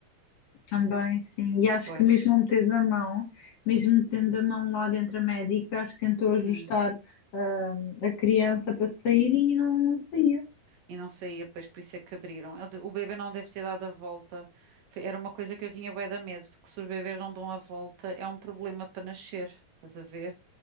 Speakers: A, on the left; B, on the right.
A: Também, sim. E acho
B: Pois,
A: que mesmo eu metendo a mão, mesmo metendo a mão lá dentro a médica, acho que tentou
B: sim.
A: ajustar hum, a criança para sair e não, não saía.
B: E não saía, pois, por isso é que abriram. Eu de- O bebê não deve ter dado a volta. Foi- Era uma coisa que eu tinha bué de medo, porque se os bebês não dão a volta, é um problema para nascer. Estás a ver?